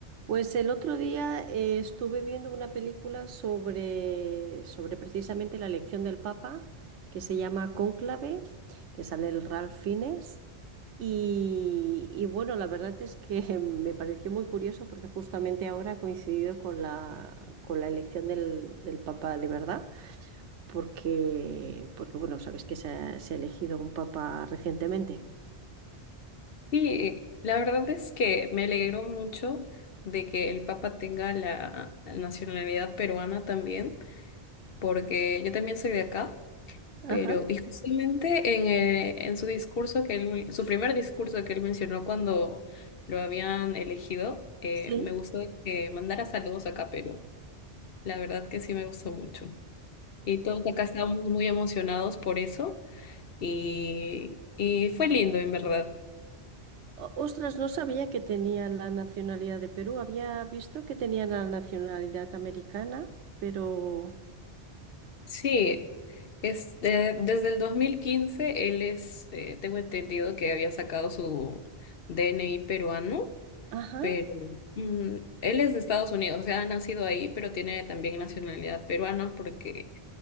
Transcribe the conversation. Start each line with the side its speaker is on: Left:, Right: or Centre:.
Right: Pues el otro día eh, estuve viendo una película sobre, sobre precisamente la elección del Papa, que se llama Cónclave, que sale el Ralph Fiennes. Y, y bueno, la verdad es que <laughs> me pareció muy curioso porque justamente ahora ha coincidido con la, con la elección del, del Papa de verdad, porque, porque bueno, sabes que se ha, se ha elegido un Papa recientemente.
Left: Sí, la verdad es que me alegro mucho de que el Papa tenga la nacionalidad peruana también, porque yo también soy de acá,
Right: Ajá,
Left: pero y justamente en, eh, en su discurso que él, su primer discurso que él mencionó cuando lo habían elegido, eh,
Right: sí.
Left: me gustó que mandara saludos acá a Perú. La verdad que sí me gustó mucho. Y todos acá estábamos muy emocionados por eso y, y fue lindo en verdad.
Right: O- Ostras, no sabía que tenían la nacionalidad de Perú. Había visto que tenían la nacionalidad americana, pero...
Left: Sí, Es, eh, desde el 2015 él es, eh, tengo entendido que había sacado su DNI peruano,
Right: Ajá,
Left: pero mm, él es de Estados Unidos, o sea, ha nacido ahí, pero tiene también nacionalidad peruana porque